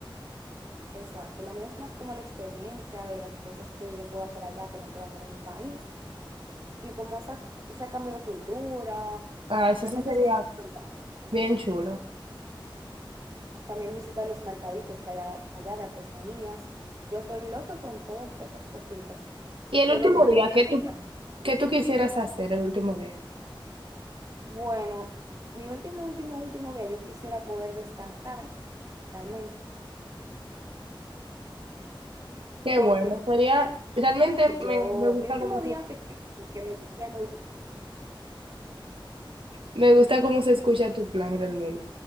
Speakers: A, on the right (about 40°); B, on the right (about 80°).
A: Exacto, lo mío es más como la experiencia de las cosas que yo puedo hacer allá que no puedo hacer en mi país y como esa, ese cambio de cultura,
B: Ah, eso
A: realmente
B: sí sería
A: eso es mi prioridad.
B: bien chulo.
A: También visitar los mercaditos que hay a- allá de artesanías. Yo soy loca con todas esas cositas
B: Y el
A: que
B: último
A: no tienen
B: día, ¿qué tú,
A: relación.
B: qué tú quisieras hacer el último día?
A: Bueno, mi último, último, último día yo quisiera poder descansar realmente
B: Qué
A: porque
B: bueno, sería, realmente
A: yo,
B: me, me gusta
A: mi último
B: cómo,
A: día
B: se-
A: ficticio, que me gustaría
B: me gusta cómo se escucha tu plan realmente.